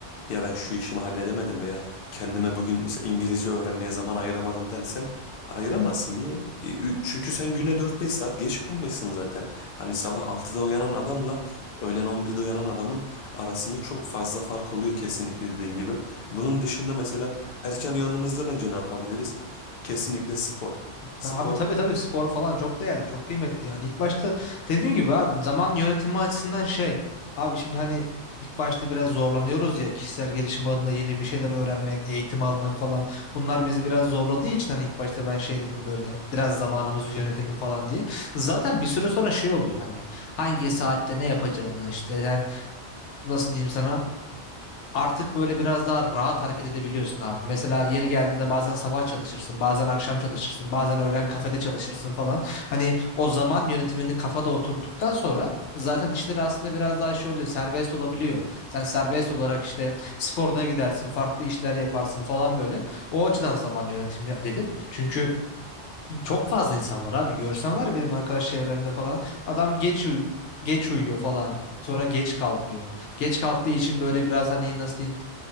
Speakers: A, on the left; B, on the left.
A: ya ben şu işimi halledemedim veya kendime bugün mesela İngilizce öğrenmeye zaman ayıramadım dersen ayıramazsın. Niye? E, ü- Çünkü sen güne 4-5 saat geç kalmışsın zaten. Hani sabah 6'da uyanan adamla öğlen 11'de uyanan adamın arasında çok fazla fark oluyor kesinlikle dediğin gibi. Bunun dışında mesela erken uyandığımızda bence ne yapabiliriz? Kesinlikle spor. Spor
B: Abi tabii tabii spor falan çok değerli, çok kıymetli yani. İlk başta dediğim gibi abi zaman yönetimi açısından şey. Abi şimdi hani ilk başta biraz zorlanıyoruz ya kişisel gelişim adında yeni bir şeyler öğrenmek, eğitim almak falan. Bunlar bizi biraz zorladığı için hani ilk başta ben şey dedim böyle biraz zamanımızı yönetelim falan diye. Zaten bir süre sonra şey oluyor hani hangi saatte ne yapacağını işte sen nasıl diyeyim sana artık böyle biraz daha rahat hareket edebiliyorsun abi. Mesela yeri geldiğinde bazen sabah çalışırsın, bazen akşam çalışırsın, bazen öğlen kafede çalışırsın falan. Hani o zaman yönetimini kafada oturduktan sonra zaten işleri aslında biraz daha şey oluyor, serbest olabiliyor. Sen serbest olarak işte sporuna gidersin, farklı işler yaparsın falan böyle. O açıdan zaman yönetimi dedim. Çünkü çok fazla insan var abi. Görsen var ya benim arkadaş çevremde falan. Adam geç uy- geç uyuyor falan. Sonra geç kalkıyor. Geç kalktığı için böyle biraz hani nasıl diyeyim